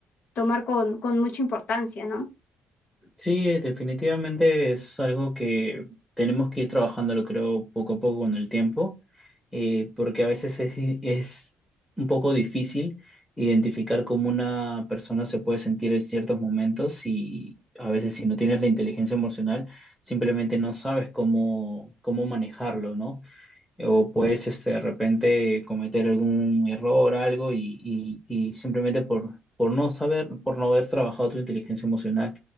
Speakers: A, on the left; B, in the centre.
A: tomar con, con mucha importancia, ¿no?
B: sí, eh, definitivamente es algo que tenemos que ir trabajándolo, creo, poco a poco con el tiempo, eh, porque a veces es, es un poco difícil identificar cómo una persona se puede sentir en ciertos momentos y a veces si no tienes la inteligencia emocional, simplemente no sabes cómo, cómo manejarlo, ¿no? o puedes este, de repente cometer algún error, algo, y, y- y simplemente por, por no saber, por no haber trabajado tu inteligencia emocional.